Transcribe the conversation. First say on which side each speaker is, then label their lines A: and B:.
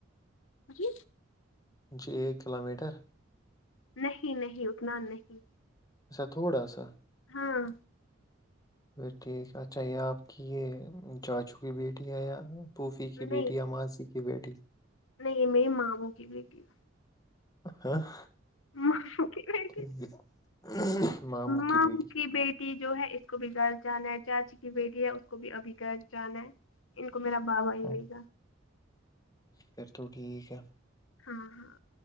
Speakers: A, on the left; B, on the left.
A: جی
B: جی ایک کلو میٹر
A: نہیں نہیں اکنان نہیں
B: اسا تھوڑا سا
A: ہاں
B: ب ٹھیک اچھا یہ آپ کی یہ چاچو کی بیٹی ہے یار پوفی کی
A: نہیں
B: بیٹی عماسی کی بیٹی
A: نہیں میری ماموں کی بیٹی
B: <unintelligible>
A: ماما کی بیٹی
B: ٹھیک ہے، ماموں
A: مام
B: بیٹی
A: کی بیٹی جو ہے اس کو بھی گز جانا ہے چاچی کی بیٹی ہے اس کو بھی ابھی گرز جانا ہے ان کو میرا باوا ہی
B: ہاں
A: لے گا
B: پھر تو ٹھیک ہے
A: ہاں ہاں